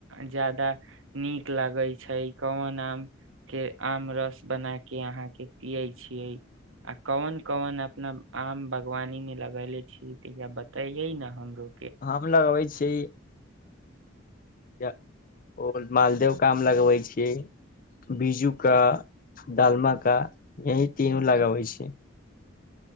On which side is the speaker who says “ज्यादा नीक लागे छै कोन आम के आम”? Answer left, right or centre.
Right